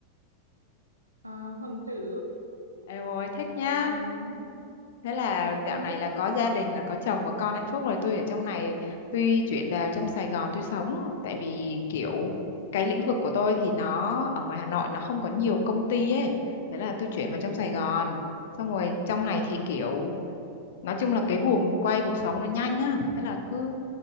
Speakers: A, on the right; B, on the left.
A: à, hoàng tử
B: Eo ơi, thích nha.
A: um,
B: Thế là dạo
A: ừ
B: này là có gia đình, là có chồng và con hạnh phúc rồi. Tôi ở trong này, tuy chuyển vào trong Sài Gòn tôi sống. Tại vì kiểu cái lĩnh vực của tôi thì nó ở ngoài Hà Nội nó không có nhiều công ty ấy. Thế là tôi chuyển vào trong Sài Gòn. Xong rồi trong này thì kiểu nói chung là cái guồng quay cuộc sống nó nhanh á thế là cứ